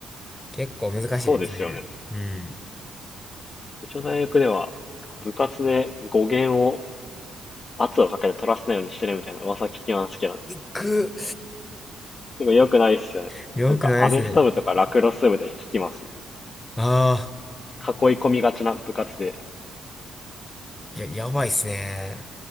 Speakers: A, on the left; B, on the left.
A: 結構難しいですね。
B: そうですよね。
A: うん。
B: うちの大学では部活で語源を圧をかけて取らせないようにしてるみたいな噂聞きますけどね、
A: 行く。
B: でも良くないですよね。
A: <laughs> よくないですね。
B: なんかアメフト部とかラクロス部で聞きますね。
A: ああ、
B: 囲い込みがちな部活で。
A: いや、やばいっすね。